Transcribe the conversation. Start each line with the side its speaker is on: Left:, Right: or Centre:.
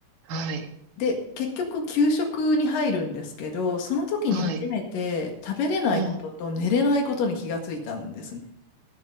Right: はい。
Left: で、結局給食に入るんですけど、その時に初めて食べれないことと寝れないことに気がついたんですね。
Right: はい。うん。